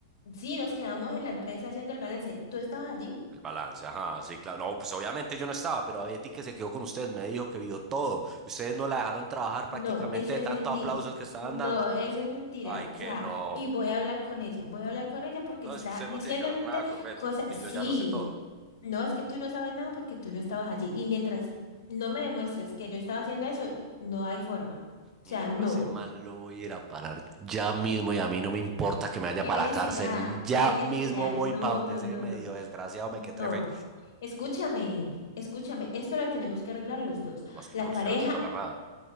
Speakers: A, on the left; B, on the right.
A: sí, nos quedamos en la empresa haciendo el balance. ¿Tú estabas allí?
B: El balance, ajá, sí, claro. No, pues obviamente yo no estaba, Pero a Betty que se quedó con ustedes me dijo que vio todo. Ustedes no la dejaron trabajar
A: No,
B: prácticamente
A: eso
B: de
A: es
B: tantos
A: mentira.
B: aplausos que estaban
A: No,
B: dando.
A: eso es mentira.
B: Ay, que
A: O sea,
B: no.
A: y voy a hablar con ella. Voy a hablar con ella porque
B: No,
A: está
B: es que usted
A: diciéndote
B: no tiene que hablar nada con Betty,
A: cosas.
B: porque
A: Sí,
B: yo ya lo sé todo.
A: no, es que tú no sabes nada porque tú no estabas allí. Y mientras no me demuestres que yo estaba haciendo eso, no hay forma.
B: Mire,
A: O sea, no.
B: yo hace mal lo voy a ir a parar ya mismo y a mí no me importa que me vaya
A: ¿Qué
B: para
A: necesidad?
B: la cárcel. Ya
A: ¿Qué necesidad?
B: mismo voy
A: No,
B: para donde
A: no,
B: ese
A: no,
B: medio
A: no.
B: desgraciado
A: No.
B: me que trefe.
A: Escúchame, escúchame. Esto lo tenemos que arreglar los dos.
B: Más que
A: La
B: yo con
A: pareja,
B: usted ya no tengo que hablar nada.